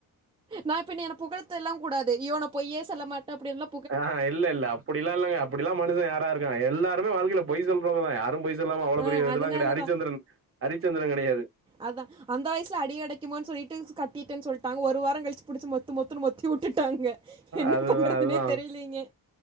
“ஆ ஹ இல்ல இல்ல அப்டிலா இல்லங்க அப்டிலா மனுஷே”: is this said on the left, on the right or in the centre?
Right